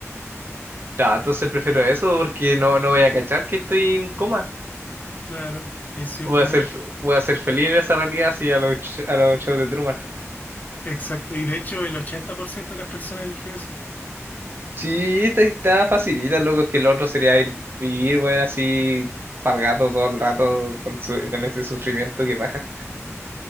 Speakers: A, on the right; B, on the left.
A: Ya, entonces prefiero eso porque no, no voy a cachar que estoy en coma.
B: Claro, es cierto
A: Voy a
B: igual.
A: ser, voy a ser feliz en esa realidad así a los, ch- a los shows de Truman.
B: Exacto. Y de hecho, el 80% de las personas eligió eso.
A: Sí, esta está facilita, loco, es que el otro sería ir, vivir, bueno, así, pargato todo el rato con, su- con ese sufrimiento que baja.